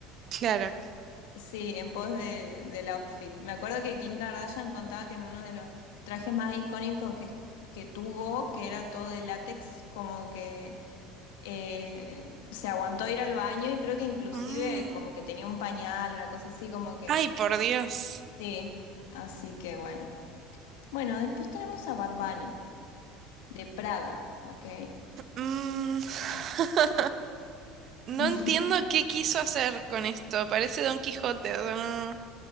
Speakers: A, on the right (about 50°); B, on the left (about 70°).
A: claro.
B: Sí, en pos de- del outfit. Me acuerdo que Kim Kardashian contaba que en uno de los trajes más icónicos que, que tuvo, que era todo de látex, como que eh, se aguantó ir al baño y creo que inclusive
A: Mm,
B: como que tenía un pañal, una cosa así, como que...
A: Ay, por Dios.
B: Sí, así que bueno. Bueno, después tenemos a Bad Bunny, de Prada, ¿ok?
A: Mm, <laughs> No
B: <laughs>
A: entiendo qué quiso hacer con esto. Parece Don Quijote. o sea, no-